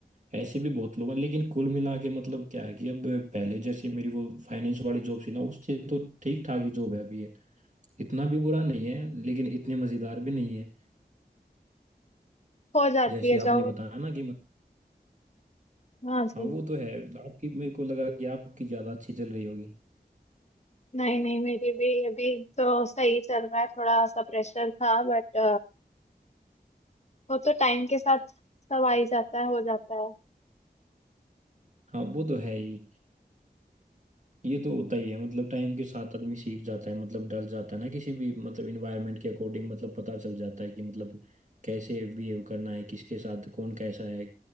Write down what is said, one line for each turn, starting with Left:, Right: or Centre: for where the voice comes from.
Right: ऐसे भी बहुत लोग हैं लेकिन कुल मिला के मतलब क्या है कि अब पहले जैसे मेरी वो फाइनेंस वाली जॉब थी ना उससे तो ठीक ठाक ही जॉब है अभी ये इतना भी बुरा नहीं है लेकिन इतने मजेदार भी नहीं है
Left: हो जाती
Right: जैसे
Left: है
Right: आपने
Left: जॉब
Right: बताया ना कि
Left: हाँ जी
Right: हाँ वो तो है आपकी मेरे को लगा कि आपकी ज्यादा अच्छी चल रही होगी
Left: नहीं नहीं मेरी भी अभी तो सही चल रहा है थोड़ा सा प्रेशर था बट वो तो टाइम के साथ सब आ ही जाता है हो जाता है
Right: हाँ वो तो है ही ये तो होता ही है मतलब टाइम के साथ आदमी सीख जाता है मतलब ढल जाता है ना किसी भी मतलब इन्वायरमेंट के अकॉर्डिंग मतलब पता चल जाता है कि मतलब कैसे बिहेव करना है किसके साथ कौन कैसा है